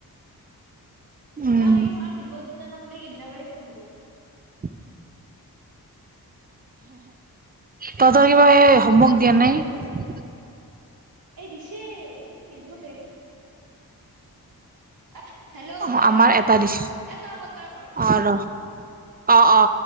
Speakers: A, on the right; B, on the right.
A: উম,
B: তেতিয়া চ দিব তেতিয়া নহ'লে কি বি লাগে শুনিব
A: উ <unintelligible> তইতৰ কিবা
B: অ
A: হমৱৰ্ক
B: শুকুৰবাৰে
A: দিয়া নাই
B: হ'ব এই দিছে নিদিব দে আহ হেল্ল'
A: অ
B: তই
A: আমাৰ
B: কৰ এইবাৰ
A: এটা দৃশ্য
B: এ তই কৰ তই কৰ
A: আৰু অ অ